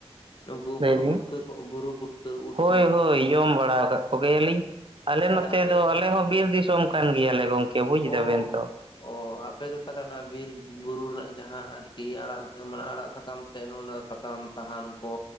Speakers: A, on the left (about 45°); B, on the right (about 55°).
A: ᱱᱩᱠᱩ
B: ᱞᱟᱹᱭ
A: ᱵᱩᱨᱩ
B: ᱵᱤᱱ
A: ᱯᱩᱴᱠᱟᱹ ᱠᱚ ᱵᱩᱨᱩ ᱯᱩᱴᱠᱟᱹ ᱩᱫ
B: ᱦᱳᱭ
A: ᱠᱚ
B: ᱦᱳᱭ ᱡᱚᱢ ᱵᱟᱲᱟ ᱠᱟᱜ ᱠᱚᱜᱮᱭᱟᱞᱤᱧ ᱟᱞᱮ
A: ᱛᱟᱦᱚᱞᱮ
B: ᱱᱚᱛᱮ
A: ᱟᱯᱮ
B: ᱫᱚ ᱟᱞᱮ ᱦᱚᱸ ᱵᱤᱨ ᱫᱤᱥᱚᱢ ᱠᱟᱱ ᱜᱮᱭᱟᱞᱮ ᱜᱚᱝᱠᱮ ᱵᱩᱡ
A: ᱳᱦ
B: ᱫᱟᱵᱮᱱ ᱛᱚ
A: ᱚ ᱟᱯᱮᱫᱚ ᱛᱟᱦᱚᱞᱮ ᱚᱱᱟ ᱵᱤᱨ ᱵᱩᱨᱩ ᱨᱮᱱᱟᱜ ᱡᱟᱦᱟᱸ ᱟᱨᱠᱤ ᱟᱲᱟᱜ ᱥᱟᱢ ᱢᱟᱱᱮ ᱟᱲᱟᱜ ᱥᱟᱠᱟᱢ ᱛᱮ ᱱᱚᱜ ᱚᱱᱟ ᱥᱟᱢ ᱥᱟᱦᱟᱱ ᱠᱚ